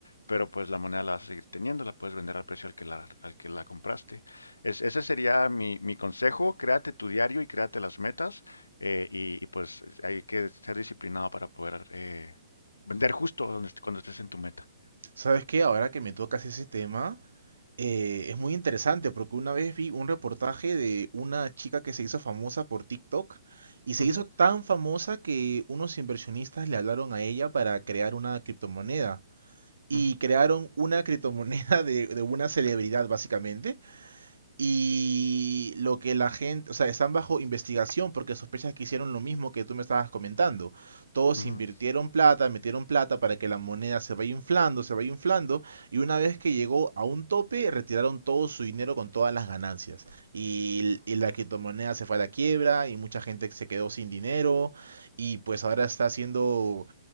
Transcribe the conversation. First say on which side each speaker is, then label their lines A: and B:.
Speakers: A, on the left (about 80°); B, on the right (about 70°).
A: pero pues la moneda la vas a seguir teniendo, la puedes vender al precio al que la, al que la compraste. Es- ese sería mi, mi consejo, créate tu diario y créate las metas, eh, y, y, pues hay que ser disciplinado para poder... eh, Vender justo donde est- cuando estés en tu meta.
B: ¿Sabes qué? Ahora que me tocas ese tema, eh, es muy interesante porque una vez vi un reportaje de una chica que se hizo famosa por TikTok y se
A: Ujú,
B: hizo tan famosa que unos inversionistas le hablaron a ella para crear una criptomoneda y
A: ujú,
B: crearon una criptomoneda de, de una celebridad básicamente Y lo que la gente, o sea, están bajo investigación porque sospechas que hicieron lo mismo que tú me estabas comentando. Todos
A: ujú,
B: invirtieron plata, metieron plata para que la moneda se vaya inflando, se vaya inflando, y una vez que llegó a un tope, retiraron todo su dinero con todas las ganancias. Y, y la criptomoneda se fue a la quiebra, y mucha gente se quedó sin dinero, y pues ahora está siendo